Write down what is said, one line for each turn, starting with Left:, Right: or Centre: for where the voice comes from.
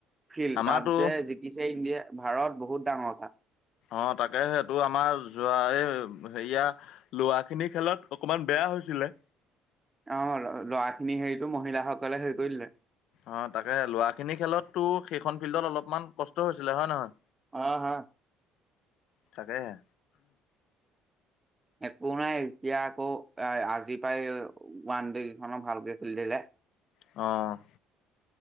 Right: ফিল্ড
Left: আমাৰতো
Right: তাত যে <unintelligible> ইণ্ডিয়া ভাৰত বহুত ডাঙৰ কথা।
Left: অ', তাকে সেইটো আমাৰ যোৱা এই হেৰিয়া লৰা খিনি খেলত অকমান বেয়া হৈছিলে।
Right: অ', ল'ৰা খিনি হেৰিতটো মহিলাসকলে হেৰি কৰি দিলে।
Left: অ', তাকে লৰা খিনি খেলতো সেইখন ফিল্ডত অলপমান কষ্ট হৈছিলে হয়, নে নহয়?
Right: অ', হ।
Left: তাকেহে।
Right: একো নাই এতিয়া আকৌ আজি পাই ওৱান ডে কেইখনো ভালকে খেলি দিলে।
Left: অ'।